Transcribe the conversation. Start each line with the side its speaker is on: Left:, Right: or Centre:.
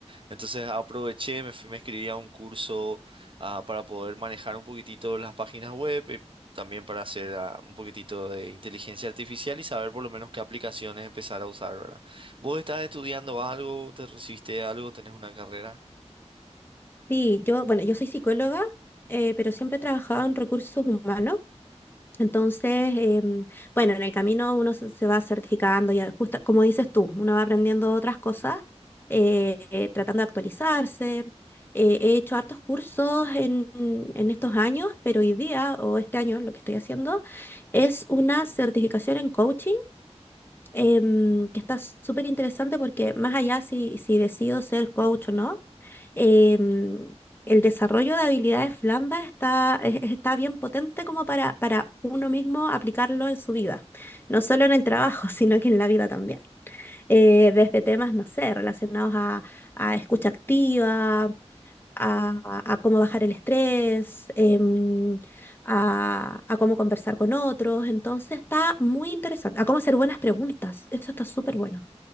Right: Entonces aproveché, me fui, me inscribí a un curso ah, para poder manejar un poquitito las páginas web. y También para hacer ah, un poquitito de inteligencia artificial y saber por lo menos qué aplicaciones empezar a usar, ¿verdad? ¿Vos estás estudiando algo? ¿Te recibiste de algo? ¿Tenés una carrera?
Left: Sí, yo, bueno, yo soy psicóloga, eh, pero siempre he trabajado en recursos humanos. Entonces, em, bueno, en el camino uno se, se va certificando, y justo como dices tú, uno va aprendiendo otras cosas, eh, eh, tratando de actualizarse. Eh, he hecho hartos cursos en, en estos años, pero hoy día o este año lo que estoy haciendo es una certificación en coaching, em, que está súper interesante porque más allá si, si decido ser coach o no, em, el desarrollo de habilidades blandas está, es- está bien potente como para, para uno mismo aplicarlo en su vida, no
Right: Mm.
Left: solo en el trabajo, <laughs> sino que en la vida también. Eh, desde temas, no sé, relacionados a, a escucha activa, a, a cómo bajar el estrés, em, a, a cómo conversar con otros. Entonces está muy interesante, a cómo hacer buenas preguntas. Eso está súper bueno.